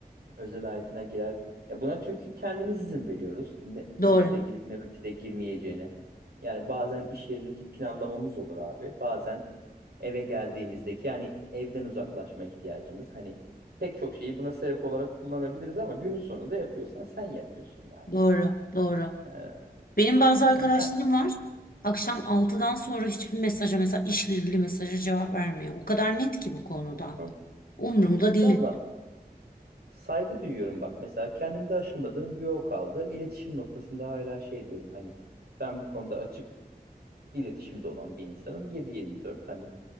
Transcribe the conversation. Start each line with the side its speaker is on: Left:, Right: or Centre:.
Right: özel hayatına girer. Ya buna çünkü kendimiz izin veriyoruz. Ne ölçüde
Left: Doğru.
Right: girip ne ölçüde girmeyeceğine. Yani bazen iş yerindeki planlamamız olur abi. Bazen eve geldiğimizdeki yani evden uzaklaşma ihtiyacımız. Hani pek çok şeyi buna sebep olarak kullanabiliriz ama günün sonunda yapıyorsan sen yapıyorsun yani.
Left: Doğru. Doğru.
Right: Ee,
Left: Benim bazı arkadaşlarım
Right: ben
Left: var. Akşam altıdan sonra hiçbir mesaja mesela işle ilgili mesaja cevap vermiyor. O kadar net ki bu konuda.
Right: <laughs> Hı.
Left: Umurumda değil.
Right: valla saygı duyuyorum bak. Mesela kendimde aşamadığım bir o kaldı. İletişim noktasında hala şey diyorum hani ben bu konuda açık iletişimde olan bir insanım. yedi yirmi dört hani